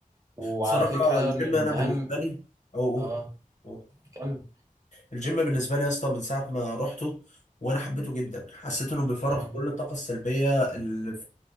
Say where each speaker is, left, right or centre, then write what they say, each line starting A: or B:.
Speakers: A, on the right (about 20°); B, on the left (about 55°).
A: وعلى
B: بصراحة
A: فكرة
B: الجيم
A: من
B: انا بالنسبة
A: اهم
B: لي او
A: اه
B: أو- أو.
A: كم
B: الجيم بالنسبة لي يا اسطى من ساعة ما رحته وانا حبيته جدا حسيت انه بيفرغ
A: مم.
B: كل الطاقة السلبية اللي